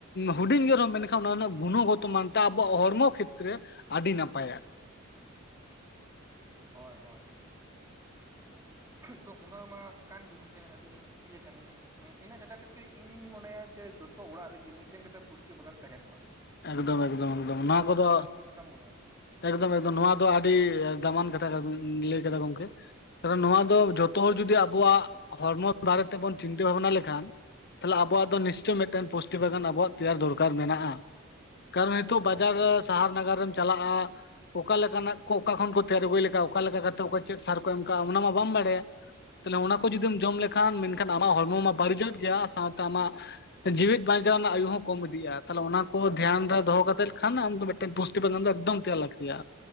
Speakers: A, on the left; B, on the right.
A: ᱦᱩᱰᱤᱧ ᱜᱮ ᱨᱮᱦᱚᱸ ᱢᱮᱱᱠᱷᱟᱱ ᱚᱱᱟ ᱨᱮᱱᱟᱜ ᱜᱩᱱᱚᱜᱚᱛᱚ ᱢᱟᱱᱛᱮ ᱟᱵᱚᱣᱟᱜ ᱦᱚᱲᱢᱚ ᱠᱷᱤᱛ ᱨᱮ ᱟᱹᱰᱤ ᱱᱟᱯᱟᱭᱟ᱾
B: ᱦᱳᱭ ᱦᱳᱭ
A: <inaudible>
B: ᱛᱚ ᱚᱱᱟ ᱢᱟ ᱠᱟᱱ ᱜᱮ ᱢᱤᱫᱴᱮᱱ ᱟᱹᱰᱤ ᱤᱭᱟᱹ ᱠᱟᱱ ᱜᱮ ᱤᱱᱟᱹ ᱪᱷᱟᱰᱟ ᱠᱟᱛᱮᱜ ᱤᱧᱤᱧ ᱢᱚᱱᱮᱭᱟ ᱡᱮ ᱡᱚᱛᱚ ᱚᱲᱟᱜ ᱨᱮᱜᱮ ᱢᱤᱫᱴᱮᱱ ᱠᱟᱛᱮᱫ ᱯᱩᱥᱴᱤ ᱵᱟᱜᱟᱱ ᱛᱟᱦᱮᱱ ᱢᱟ᱾
A: ᱮᱠᱫᱚᱢ ᱮᱠᱫᱚᱢ ᱮᱠᱫᱚᱢ ᱚᱱᱟ
B: ᱱᱚᱣᱟ
A: ᱠᱚᱫᱚ
B: ᱫᱚ ᱟᱢ ᱪᱮᱫ ᱞᱮᱠᱟᱢ ᱢᱚᱱᱮᱭᱟ
A: ᱮᱠᱫᱚᱢ ᱮᱠᱫᱚᱢ ᱱᱚᱣᱟ ᱫᱚ ᱟᱹᱰᱤ ᱫᱟᱢᱟᱱ ᱠᱟᱛᱷᱟ ᱜᱮᱵᱤᱱ ᱞᱟᱹᱭ ᱠᱮᱫᱟ ᱜᱚᱝᱠᱮ᱾ ᱛᱚᱵᱮ ᱱᱚᱣᱟ ᱫᱚ ᱡᱷᱚᱛᱚ ᱦᱚᱲ ᱡᱩᱚᱫᱤ ᱟᱵᱚᱣᱟᱜ ᱦᱚᱲᱢᱚ ᱵᱟᱨᱮ ᱛᱮᱵᱚᱱ ᱪᱤᱱᱛᱟᱹ ᱵᱷᱟᱵᱱᱟ ᱞᱮᱠᱷᱟᱱ? ᱛᱟᱦᱚᱞᱮ ᱟᱵᱚᱣᱟᱜ ᱫᱚ ᱱᱤᱥᱪᱚᱭ ᱢᱤᱫᱴᱮᱱ ᱯᱩᱥᱴᱤ ᱵᱟᱜᱟᱱ ᱟᱵᱚᱣᱟᱜ ᱛᱮᱭᱟᱨ ᱫᱚᱨᱠᱟᱨ ᱢᱮᱱᱟᱜᱼᱟ᱾ ᱠᱟᱨᱚᱱ ᱦᱤᱛᱚᱜ ᱵᱟᱡᱟᱨ
B: ᱦᱳᱭ
A: ᱨᱮ ᱥᱟᱦᱟᱨ ᱱᱟᱜᱟᱨ ᱨᱮᱢ ᱪᱟᱞᱟᱜᱼᱟ᱾ ᱚᱠᱟ ᱞᱮᱠᱟᱱᱟᱜ ᱠᱚ ᱚᱠᱟ ᱠᱷᱚᱱ ᱠᱚ ᱛᱮᱭᱟᱨ ᱟᱹᱜᱩᱭ ᱞᱮᱠᱟ ᱚᱠᱟ ᱞᱮᱠᱟ ᱠᱟᱛᱮᱫ ᱚᱠᱟ ᱪᱮᱫ ᱥᱟᱨ ᱠᱚ ᱮᱢ ᱠᱟᱜᱼᱟ ᱚᱱᱟ ᱢᱟ ᱵᱟᱢ ᱵᱟᱲᱟᱭᱟ᱾ ᱛᱟᱦᱞᱮ ᱚᱱᱟ ᱠᱚ ᱡᱩᱫᱤᱢ ᱡᱚᱢ ᱞᱮᱠᱷᱟᱱ ᱢᱮᱱᱠᱷᱟᱱ ᱟᱢᱟᱜ ᱦᱚᱲᱢᱚ ᱢᱟ ᱵᱟᱹᱲᱤᱡᱚᱜ ᱜᱮᱭᱟ ᱥᱟᱶᱛᱮ ᱟᱢᱟᱜ ᱡᱤᱣᱤᱫ ᱵᱟᱧᱪᱟᱣ ᱨᱮᱱᱟᱜ ᱟᱹᱭᱩ ᱦᱚᱸ ᱠᱚᱢ ᱤᱫᱤᱜᱼᱟ ᱛᱟᱦᱚᱞᱮ ᱚᱱᱟ᱾ ᱠᱚ ᱫᱷᱮᱭᱟᱱ ᱨᱮ ᱫᱚᱦᱚ ᱠᱟᱛᱮᱫ ᱞᱮᱠᱷᱟᱱ ᱟᱢ ᱢᱤᱫᱴᱮᱱ ᱯᱩᱥᱴᱤ ᱵᱟᱜᱟᱱ ᱫᱚ ᱮᱠᱫᱚᱢ ᱛᱮᱭᱟᱨ ᱞᱟᱹᱠᱛᱤᱜᱼᱟ᱾